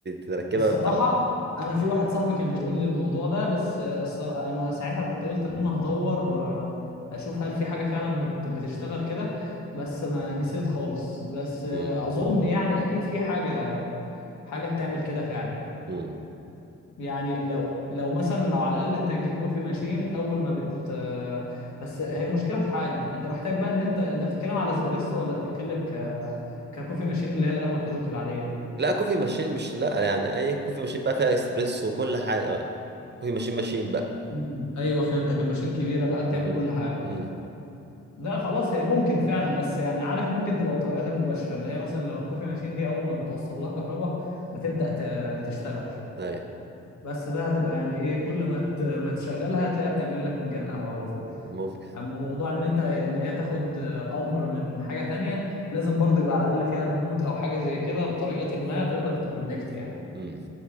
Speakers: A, on the right; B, on the left.
A: تركبها
B: الصراحة
A: بت- او
B: أنا في واحد صاحبي كان بيقول لي الموضوع ده بس الصراحة أنا ساعتها كنت قلت إن أنا هدور آه، أشوف هل في حاجة فعلا بت... بتشتغل كده بس ما نسيت خالص بس آه،
A: مم.
B: أظن يعني أكيد في حاجة حاجة بتعمل كده فعلا
A: مم.
B: يعني لو لو مثلا لو على الأقل أنت تجيب كوفي ماشين أول ما بت آه، بس هي المشكلة في حاجة أنت محتاج بقى إن أنت أنت بتتكلم على اسبريسو ولا بتتكلم ك ككوفي ماشين اللي هي القهوة التركي العادية
A: لا كوفي ماشين مش لا يعني اي كوفي ماشين بقى فيها اكسبريس وكل حاجة بقى كوفي ماشين ماشين بقى
B: مم. أيوه فهمتك الماشين كبيرة بقى بتعمل
A: مم.
B: كل حاجة
A: مم.
B: لا خلاص هي ممكن فعلا بس يعني عارف ممكن تبقى بطريقه غير مباشره اللي هي مثلا لو الكوفي ماشين دي اول ما بتوصل لها كهرباء بتبدا ت- تشتغل
A: ايوه
B: بس ده هتبقى يعني ايه كل ما ت- ما تشغلها هتلاقيها بتعمل لك فنجان قهوه على طول
A: ممكن
B: اما موضوع ان انت ان هي تاخد امر من حاجه تانية لازم برضه يبقى على الاقل فيها ريموت او حاجه زي كده بطريقه ما تقدر تكونكت يعني
A: مم.